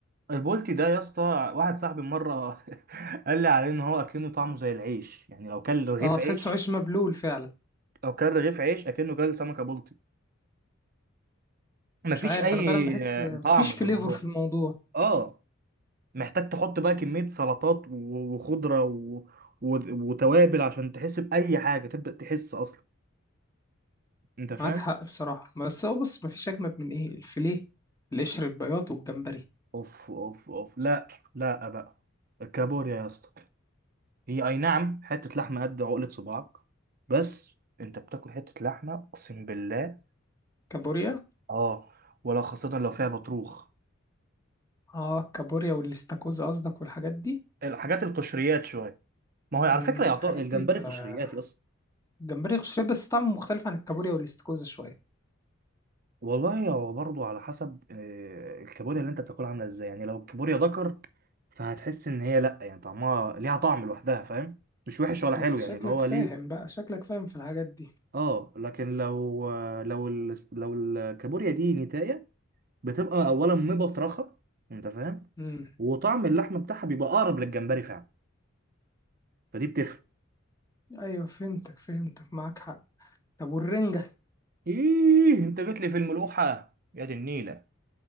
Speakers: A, on the right; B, on the left.
A: البولتي ده يا اسطى واحد صاحبي مره <laughs> قال لي عليه ان هو اكنه طعمه زي العيش يعني لو كل رغيف
B: اه تحسه
A: عيش
B: عيش مبلول فعلا
A: لو كل رغيف عيش اكنه كل سمكه بلطي مفيش
B: مش عارف
A: اي
B: انا فعلا بحس
A: آه،
B: مفيش
A: طعم
B: فليفر
A: في الموضوع
B: في الموضوع
A: اه محتاج تحط بقى كميه سلطات و- وخضره و... و... وتوابل عشان تحس باي حاجه تبدا تحس اصلا انت فاهم
B: معاك حق بصراحه بس هو بص مفيش اجمد من ايه الفيليه القشر البياض والجمبري
A: اوف اوف اوف لا لا بقى الكابوريا يا اسطى هي اي نعم حته لحمه قد عقله صباعك بس انت بتاكل حته لحمه اقسم بالله
B: كابوريا
A: اه ولا خاصة لو فيها بطروخ
B: اه الكابوريا والاستاكوزا قصدك والحاجات دي
A: الحاجات القشريات شوية ما هو على
B: امم
A: فكرة يعطو...
B: الحاجات
A: الجمبري
B: دي تبقى
A: قشريات يا اسطى
B: جمبري قشري بس طعمه مختلف عن الكابوريا والاستاكوزا شويه
A: والله هو برضو على حسب آه، الكابوريا اللي انت بتاكلها عاملة ازاي يعني لو الكابوريا ذكر فهتحس ان هي لا يعني طعمها ليها طعم لوحدها فاهم مش وحش ولا
B: ده
A: حلو
B: انت شكلك
A: يعني اللي هو
B: فاهم
A: ليه
B: بقى شكلك فاهم في الحاجات دي
A: اه لكن لو آه، لو ال... لو الكابوريا دي نتاية بتبقى اولا مبطرخة انت فاهم
B: امم
A: وطعم اللحم بتاعها بيبقى اقرب للجمبري فعلا فدي بتفرق
B: ايوه فهمتك فهمتك معاك حق طب والرنجه
A: ايه انت جيت لي في الملوحه يا دي النيله